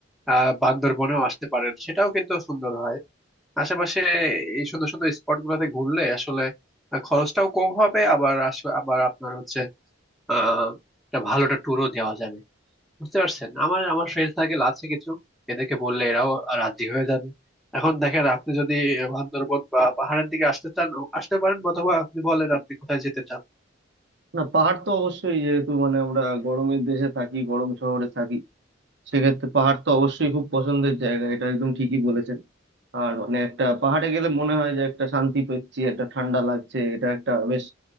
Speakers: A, in the centre; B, on the right.
A: আহ বান্দরবনেও আসতে পারেন সেটাও কিন্তু সুন্দর হয় আশেপাশে এই সুন্দর সুন্দর স্পট গুলোতে ঘুরলে আসলে আহ, খরচটাও কম হবে আবার আস- আবার আপনার হচ্ছে আহ একটা ভালো একটা ট্যুরও দেওয়া যাবে বুঝতে পারছেন আমার আমার ফ্রেন্ড সার্কেল আছে কিছু এদেরকে বললে এরাও রাজি হয়ে যাবে এখন দেখেন আপনি যদি বান্দরবন বা পাহাড়ের দিকে আসতে চান আসতে পারেন অথবা আপনি বলেন আপনি কোথায় যেতে চান
B: না পাহাড় তো অবশ্যই যেহেতু মানে আমরা গরমের দেশে থাকি গরম শহরে থাকি সেক্ষেত্রে পাহাড় তো অবশ্যই খুব পছন্দের জায়গা এটা একদম ঠিকই বলেছেন আর মানে একটা পাহাড়ে গেলে মনে হয় যে একটা শান্তি পাচ্ছি একটা ঠান্ডা লাগছে এটা একটা বেশ